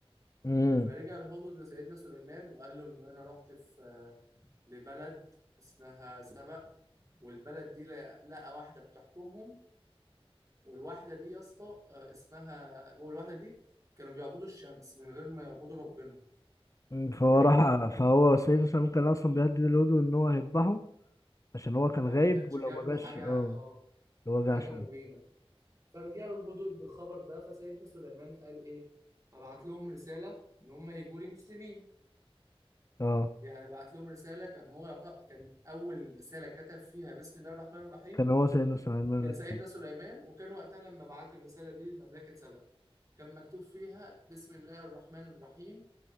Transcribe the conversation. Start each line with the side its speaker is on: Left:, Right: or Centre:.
Left: مم.
Right: فرجع الهدهد لسيدنا سليمان وقال له إن أنا رحت في آه، لبلد اسمها سبأ والبلد دي لقى لقى واحدة بتحكمهم والواحدة دي يا اسطى آه، اسمها والواحدة دي كانوا بيعبدوا الشمس من غير ما يعبدوا ربنا
Left: مم. فهو
Right: فاهمني؟
Left: راح فهو سيدنا سليمان كان اصلا بيهدد الهدوء ان هو هيذبحه عشان هو كان
Right: لو
Left: غايب
Right: ما كانش
Left: ولو
Right: جاب
Left: ما
Right: له
Left: جاش
Right: حاجة
Left: اه
Right: اه
Left: لو ما
Right: حاجة
Left: جاش
Right: مبينة فرجع له الهدود بالخبر ده فسيدنا سليمان قال ايه هبعت لهم رسالة ان هم يجوا لي مسلمين
Left: اه
Right: يعني بعت لهم رسالة كان هو يعط... كان اول رسالة كتب فيها بسم الله الرحمن الرحيم
Left: كان هو سيدنا سليمان
Right: كان
Left: اللي اختاره
Right: سيدنا سليمان وكان وقتها لما بعت الرسالة دي لمملكة سبأ كان مكتوب فيها بسم الله الرحمن الرحيم